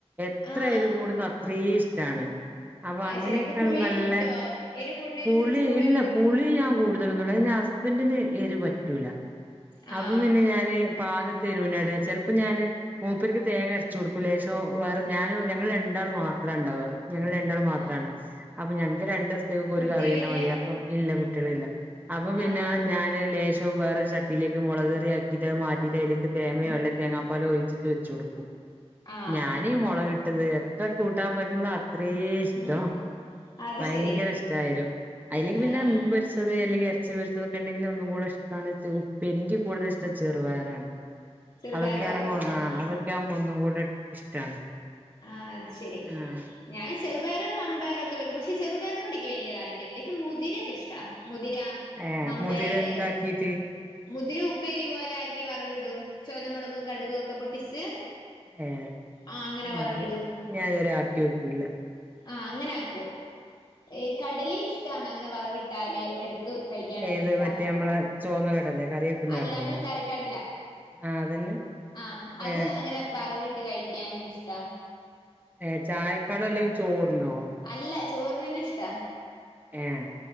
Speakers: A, on the right; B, on the left.
A: എത്ര
B: ആ
A: എരി കൂടുന്ന അത്രയും ഇഷ്ടാണ് അപ്പൊ
B: അത്
A: അങ്ങനെത്ര
B: ശരി അപ്പൊ പുളിയും
A: നല്ല
B: കൂട്ടോ എരു കൂട്ണനുസരിച്ച്
A: പുളി
B: പുളിയും
A: ഇല്ല
B: കൂട്ടും
A: പുളി ഞാൻ കൂടു ന്റെ ഹസ്ബന്റിന് എരി പറ്റൂല
B: ആ
A: അപ്പ പിന്നെ ഞാന് പാ കത്തിന് എരിവാ ഇട ചിലപ്പോ ഞാന് മൂപ്പർക്ക് തേങ്ങ അരചു കൊടുക്കൂ ലേശോ വേറെ ഞാൻ ഞങ്ങൾ രണ്ടാൾ മാത്ര ഉണ്ടാവ ഞങ്ങൾ ണ്ടാൾ മാത്രമാണ്
B: ആ
A: അപ്പൊ ഞങ്ങക്ക് രണ്ടു ദിവസത്തേക്ക്
B: കുട്ടികളില്ല
A: ഒരു കറിയന്ന മതി അപ്പൊ.. ഇല്ല കുട്ടികള് ഇല്ല അപ്പൊ പിന്നെ
B: ആഹ്
A: ഞാന് ലേശം വേറൊരു ചട്ടിയിലേക്ക് മുളകറിയാക്കി എന്നിട്ടത് മാറ്റിയിട്ട് അതിലേക്ക് തേങ്ങയോ അല്ല തേങ്ങാപ്പാലോ ഒഴിച്ചിട്ട് വെച്ചു കൊടുക്കും
B: ആഹ്
A: ഞാൻ മുളകിട്ടത് എത്ര കൂട്ടാൻ പറ്റുന്ന അത്ര ഇഷ്ട
B: ഉം അത്
A: ഭയങ്കര
B: ശരി
A: ഇഷ്ട എരിവ് അയ്ലേക്ക്
B: ആഹ്
A: പിന്നെ മീൻ പൊരിച്ച അല്ലെങ്കിൽ ഇറച്ചി പൊരിച്ചതൊക്കെ ഉണ്ടെങ്കിൽ ഒന്നും കൂടെ ഇഷ്ടമാണ് എനിക്ക് കൂടുതൽ ഇഷ്ടം ചെറുപയറാണ്
B: ചെറുപയറോ
A: അതൊക്കെയാണെങ്കിൽ
B: ആഹ്
A: അതൊക്കെ ആവുമ്പോ ഒന്നും കൂടെ ഇഷ്ടാണ്
B: ആഹ് അത് ശരി
A: ആഹ്
B: ഞാൻ ചെറുപയറും വൻപയറും ഒക്കെ പക്ഷെ ചെറുപയറിനോട് നിക്ക് വലിയ താല്പര്യംല്ല ക്ക് മുതിരയക്കെ ഇഷ്ട മുതിര
A: ഏഹ്
B: മമ്പയറ്
A: മുതിര എന്താക്കീട്ട്?
B: മുതിര ഉപ്പേരി പോലെ ആക്കി വറവിടും ചോന്നമുളകും കടുകും ഒക്കെ പൊട്ടിച്ച്
A: ഏഹ്
B: ആഹ് അങ്ങനെ
A: <unintelligible>
B: വറവിടും
A: ഞാൻ ഇതുവരെ ആക്കി നോക്കിയില്ല
B: ആഹ അങ്ങനെ ആക്കും ഏഹ് കടലേം ഇഷ്ടാണ് അങ്ങനെ വറവിട്ടാല് എടുത്ത് കഴിക്കാനൊക്കെ
A: ഏത്
B: ഇഷ്ടാ
A: മറ്റേ നമ്മളെ ചോന്ന കടലേ കറി വെക്കുന്ന
B: അല്ല
A: കടലയോ
B: അമ്മള് കറിക്കടല
A: ആ അതന്നെ
B: ആഹ അത്
A: ഏ
B: അങ്ങനെ വറവിട്ട് കഴിക്കാൻ എനിക്ക് ഇഷ്ടാ
A: ഏഹ് ചായക്കാണോ അല്ലെങ്കിൽ ചോറിനോ
B: അല്ല ചോർനെന്നെ ഇഷ്ടാ
A: ഏഹ്